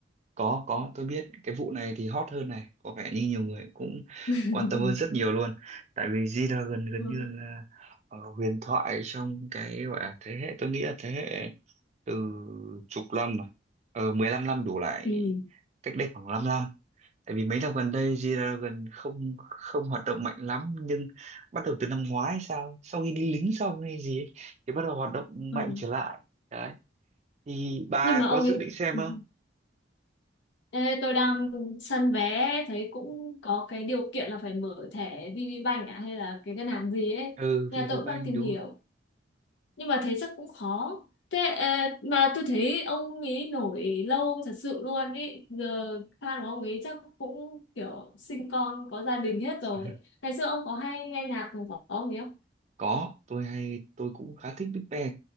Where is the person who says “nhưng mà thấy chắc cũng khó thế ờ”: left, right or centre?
Left